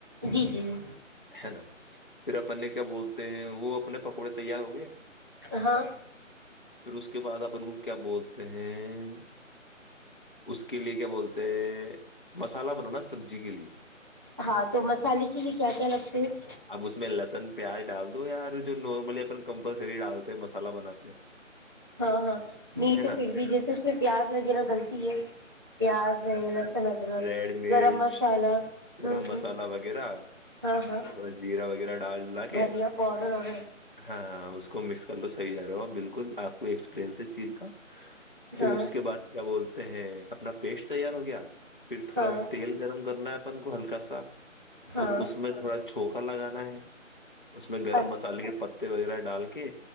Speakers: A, on the right; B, on the left.
A: جی جی جی
B: ہے نا پھر اپ اپنے کیا بولتے ہیں وہ اپنے پکوڑے تیار ہو گئے
A: ہاں
B: روزار اس کے بعد اپن کو کیا بولتے ہیں تین اس کے لیے کیا بولتے ہیں مسالہ بنانا سبزی کے لیے
A: ہاں تو مسالے کے لیے کیا کیا لگتے ہیں
B: اب اس میں اللہ ن پیاز ڈال دو یار جو نارملی اپن کمپلسری ڈالتے مسالہ بناتے
A: ہاں ہاں نہیں
B: ہے
A: تو
B: نا
A: پھر بھی جیسے اس میں پیاز وغیرہ ڈلتی ہے پیاز ہے لہسن ادرک
B: ریڈ مرچ
A: گرم مسالہ
B: گرم
A: ہ ہ
B: مسالہ وغیرہ
A: ہاں ہاں
B: تھوڑا جیرا وغیرہ ڈال ڈلا کے
A: دھنیا پاؤڈر اور
B: ہاں اس کو کو مکس کرو صحی ج رہا ہو بالکل آپ کو ایکسپرینس اس چیز کا پھر
A: ہاں
B: اس کے بعد کیا بولتے ہیں اپنا پیسٹ تیار ہو گیا <inaudible> پھر تھوڑا
A: ہاں
B: تیل گرم کرنا ہے اپن ہلکا سا
A: ہاں
B: اور اس میں تھوڑا چھوکا لگانا ہے اس میں گرم
A: اچھا
B: مسالے کے پتے تے وغیرہ ڈال کے